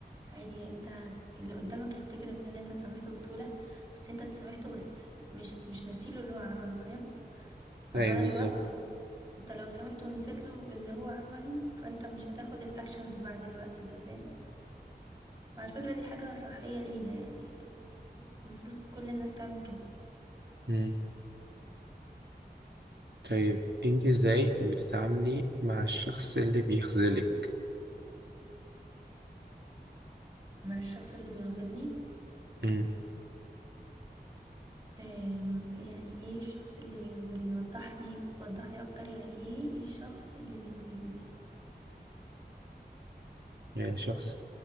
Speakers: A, on the right; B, on the right.
A: عادي انت هت- اللي قدامك هيفتكر ان انت سامحته بسهولة بس انت سامحته بس مش مش ناسيله اللي هو عمله فاهم فمع
B: ايوه
A: الوقت
B: بالظبط
A: انت لو سامحته ونسيت له اللي هو عمله فانت مش هتاخد الاكشنز بعد الوقت ده فاهم وعلى فكرة دي حاجة صحية لينا يعني المفروض كل الناس تعمل كده
B: مم. طيب انت ازاي بتتعاملي مع الشخص اللي بيخذلك
A: مع الشخص اللي بيغزلني
B: مم.
A: أم، يعني ايه الشخص اللي بيخذلني وضحني وضحلي اكتر يعني ايه الشخص اللي بيخذلني ده
B: يعني شخص